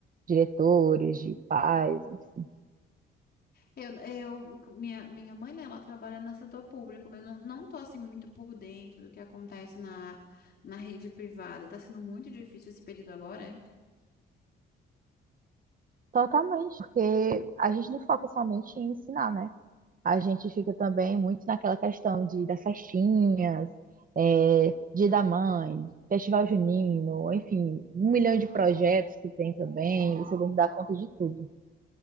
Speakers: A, on the right; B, on the left.
A: diretores, de pais, enfim.
B: Eu, eu, minha, minha mãe, né, ela trabalha no setor público, mas eu não, não tô assim muito por dentro do que acontece na, na rede privada. Tá sendo muito difícil esse período agora, é?
A: Totalmente, porque a gente não foca somente em ensinar, né? a gente fica também muito naquela questão de das festinhas, é, Dia da Mãe, Festival Junino, enfim, um milhão de projetos que tem também, você tem que dar conta de tudo.